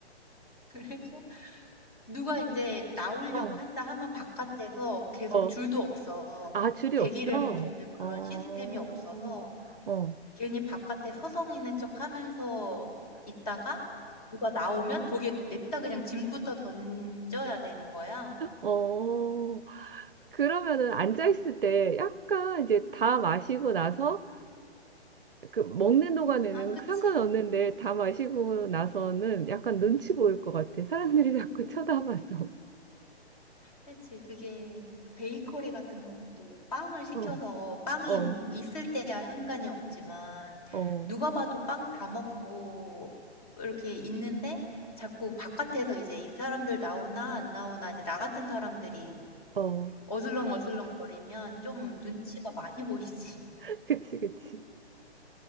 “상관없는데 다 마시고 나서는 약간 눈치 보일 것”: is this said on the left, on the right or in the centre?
Right